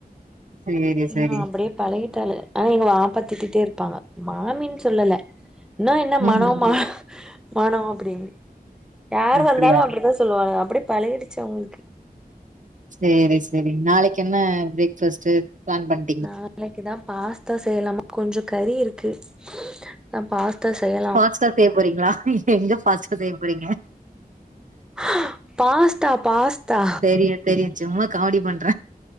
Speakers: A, on the right (about 55°); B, in the centre.
A: சேரி சரி
B: நா அப்படியே பழகிட்டால ஆனா எங்க வாப்பா திட்டிட்டே இருப்பாங்க மாமின்னு சொல்லல இன்னு என்ன மனோ
A: ம்
B: ம மனோ அப்டின்னு யார்
A: அப்டியா
B: வந்தாலு அப்டித்தா சொல்லுவாங்க அப்படே பழகிடுச்சு அவுங்களுக்கு
A: சேரி சேரி நாளைக்கு என்ன பிரேக்ஃபாஸ்ட்டு பிளான் பண்
B: நாளைக்குதா பாஸ்தா செய்யலாமா கொஞ்சோ கறி இருக்கு அதா பாஸ்தா செய்ய
A: ஃபாஸ்ட்டா செய்ய போறீங்களா எங்க ஃபாஸ்ட்டா செய்ய போறீங்க
B: ஹ பாஸ்தா பாஸ்தா
A: தெரியு தெரியு சும்மா காமெடி பண்றே